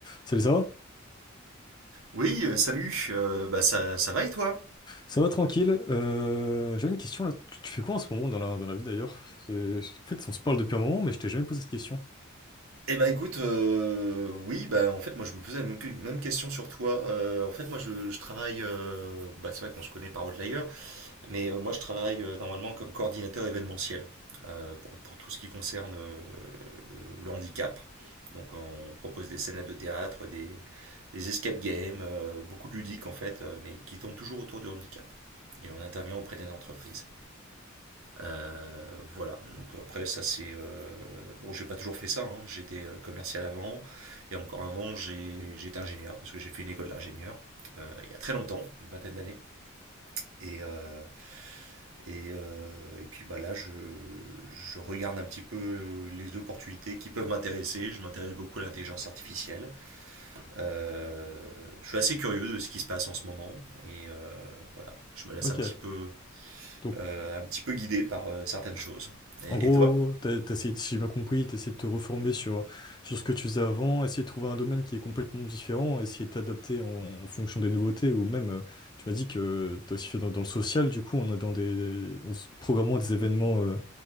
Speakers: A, on the left; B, on the right.
A: Salut, ça va?
B: Oui, euh, salut, euh, bah ça, ça va et toi?
A: Ça va tranquille. Euh, j'avais une question là. Tu, tu fais quoi en ce moment dans la, dans la vie d'ailleurs? C'est- En fait, on se parle depuis un moment, mais je t'ai jamais posé cette question.
B: Eh bah écoute, euh, oui, bah en fait moi je me posais la même, que- même question sur toi. Euh, en fait moi je, je travaille, euh, bah c'est vrai qu'on se connaît par Outlier, mais euh, moi je travaille euh, normalement comme coordinateur événementiel euh, pour, pour tout ce qui concerne euh, le, le handicap. Donc on propose des scènes de théâtre, des, des escape games, euh, beaucoup de ludiques en fait, euh, mais qui tournent toujours autour du handicap. Et on intervient auprès des entreprises. Euh, voilà, donc après ça c'est... euh, Bon, j'ai pas toujours fait ça, hein. j'étais euh, commercial avant, et encore avant j'ai- j'étais ingénieur, parce que j'ai fait une école d'ingénieur, euh, il y a très longtemps, une vingtaine d'années. Et, euh, et, euh, et puis bah là je, je regarde un petit peu euh, les opportunités qui peuvent m'intéresser, je m'intéresse beaucoup à l'intelligence artificielle. Euh, je suis assez curieux de ce qui se passe en ce moment, et euh, voilà, je me laisse
A: Ok.
B: un petit peu,
A: Donc,
B: euh, un petit peu guidé par euh, certaines choses. et
A: en gros,
B: et toi?
A: t'as, t'as essayé, si j'ai bien compris, t'as essayé de te reformer sur, sur ce que tu faisais avant, essayer de trouver un domaine qui est complètement différent, essayer de t'adapter en, en fonction des nouveautés, ou même, euh, tu m'as dit que t'as aussi fait dans, dans le social, du coup, on a dans des, des- en s- programmant des événements euh,